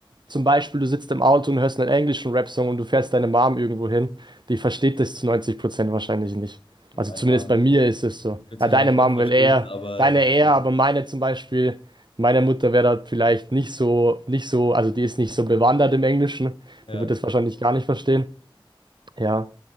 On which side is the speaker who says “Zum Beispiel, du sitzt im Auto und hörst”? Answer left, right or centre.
Right